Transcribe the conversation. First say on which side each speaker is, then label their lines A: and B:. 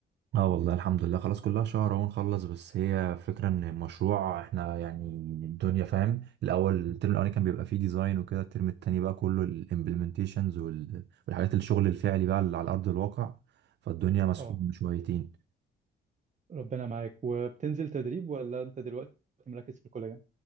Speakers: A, on the right (about 60°); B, on the right (about 35°).
A: اه والله الحمد لله خلاص كلها شهر اهو نخلص بس هي فكرة ان المشروع احنا يعني الدنيا فاهم الاول الترم الاولاني كان بيبقى فيه ديزاين وكده الترم التاني بقى كله الامبلمنتيشنز والحاجات الشغل الفعلي بقى اللي على ارض الواقع فالدنيا مسحوبة
B: اه
A: شويتين
B: ربنا معاك وبتنزل تدريب ولا انت دلوقتي مركز في الكلية